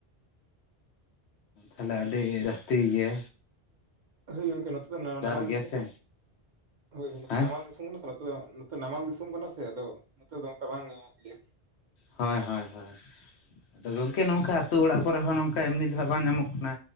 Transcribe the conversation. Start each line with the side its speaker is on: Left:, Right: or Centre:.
Left: ᱛᱟᱦᱞᱮ ᱟᱹᱰᱤ ᱡᱟᱹᱥᱛᱤ ᱜᱤᱭᱟᱹ
Right: ᱦᱳᱭ ᱜᱚᱝᱠᱮ ᱱᱚᱛᱮ ᱫᱚ ᱱᱟ-ᱱᱟᱢᱟᱞ
Left: ᱜᱮᱭᱟ
Right: ᱫᱤᱥᱚᱢ
Left: ᱥᱮ
Right: ᱦᱳᱭ
Left: ᱦᱮᱸ
Right: ᱱᱟᱢᱟᱞ ᱫᱤᱥᱚᱢ <unintelligible> ᱱᱚᱛᱮ ᱱᱟᱢᱟᱞ ᱫᱤᱥᱚᱢ ᱠᱟᱱᱟ ᱥᱮ ᱟᱫᱚ ᱱᱚᱛᱮ ᱫᱚ ᱚᱝᱟ ᱵᱟᱝ ᱧᱟᱢᱚᱜ ᱜᱮᱭᱟ᱾
Left: ᱦᱚᱭ ᱦᱚᱭ ᱦᱚᱭ᱾ ᱟᱫᱚ ᱜᱚᱝᱠᱮ ᱱᱚᱝᱠᱟ ᱟᱹᱛᱩ ᱚᱲᱟᱜ ᱠᱚᱨᱮ ᱦᱚᱸ ᱱᱚᱝᱠᱟ ᱮᱢᱱᱤ ᱫᱚ ᱦᱟᱸᱜ ᱵᱟᱝ ᱧᱟᱢᱚᱜ ᱠᱟᱱᱟ᱾